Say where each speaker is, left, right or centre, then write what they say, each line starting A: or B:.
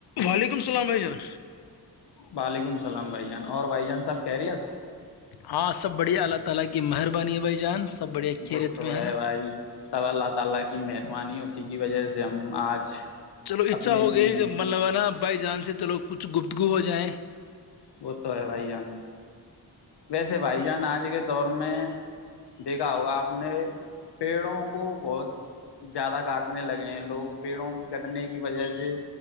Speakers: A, on the left; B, on the left.
A: وعلیکم السلام عھائی جان
B: وعلیکم السلام بھائی جان اور بھائی جان صاحب کہہ رہی ہیں آپ
A: ہاں سب بڑھیا اللہ تعالی کی مہربانی ہے بھائی جان سب بڑھیا خیریت
B: وہ تو
A: میں
B: ہے بھائی سب اللہ تعالی کی مہربانی اس کی جی کی وجہ سے ہم آج
A: چلو اچھا
B: اپنے
A: ہو
B: جیون
A: گ کہ مطلب ہےا بائی جان سے چلو کچھ گفتگو ہو جائیں
B: وہ تو ہے بھائی جان ویسے بھائی جان آج کے تو دور میں دیکھا ہوگا آپ اپنے پیڑوں کو بہت زیادہ کاٹنے لگے ہیں لوگ پیڑوں کو کٹنے کی وجہ سے